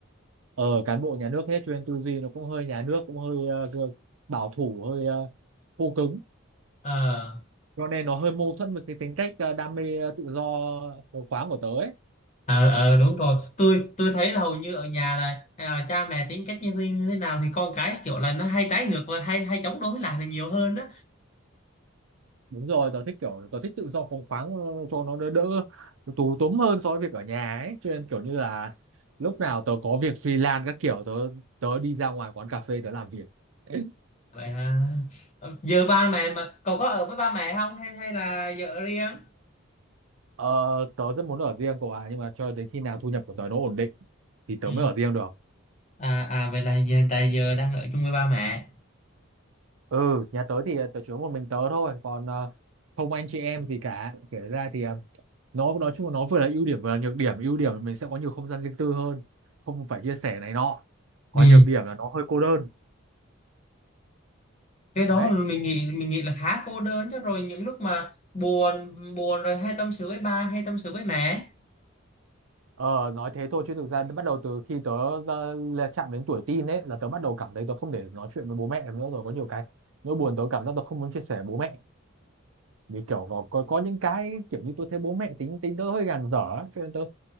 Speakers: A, on the right; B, on the left.
A: ờ cán bộ nhà nước hết cho nên tư duy nó cũng hơi nhà nước cũng hơi ờ, cơ- bảo thủ hơi ờ, khô cứng
B: ờ
A: cho nên nó hơi mâu thuẫn với cái tính cách ờ, đam mê ờ, tự do phóng khoáng của tớ ấy
B: ờ ờ, đúng rồi tôi tôi thấy là hầu như ở nhà là à, cha mẹ tính cách như thế, như thế nào thì con cái kiểu là nó hay trái ngược và hay hay chống đối lại là nhiều hơn đó
A: đúng rồi tớ thích kiểu tớ thích tự do phóng khoáng ờ, cho nó đỡ đỡ tù túm hơn so với việc ở nhà ấy cho nên kiểu như là lúc nào tớ có việc freelance các kiểu tớ tớ đi ra ngoài quán cà phê tớ làm việc <laughs>
B: vậy hả Ờ, giờ ba mẹ mà cậu có ở với ba mẹ không hay hay là giờ ở riêng
A: ờ, tớ rất muốn ở riêng cậu ạ nhưng mà cho đến khi nào thu nhập của tớ nó ổn định thì tớ
B: ừ
A: mới ở riêng được
B: à à vậy là giờ hiện tại giờ đang ở chung với ba mẹ
A: ừ nhà tớ thì ờ, tớ chỉ có một mình tớ thôi còn ờ, không anh chị em gì cả kể ra thì ờ, nó nói chung là nó vừa là ưu điểm vừa là nhược điểm ưu điểm là mình sẽ có nhiều không gian riêng tư hơn không phải chia sẻ này nọ còn
B: ừ
A: nhược điểm là nó hơi cô đơn
B: cái đó
A: đấy
B: là mình nghĩ mình nghĩ là khá cô đơn chứ rồi những lúc mà buồn buồn rồi hay tâm sự với ba hay tâm sự với mẹ
A: ờ nói thế thôi chứ thực ra bắt đầu từ khi tớ ra- là chạm đến tuổi teen ấy là tớ bắt đầu cảm thấy tớ không thể nói chuyện với bố mẹ được nữa rồi có nhiều cái nỗi buồn tớ cảm giác tớ không muốn chia sẻ với bố mẹ vì kiểu có, có có những cái kiểu như tôi thấy bố mẹ tính tính tớ hơi gàn dở ấy, cho nên tớ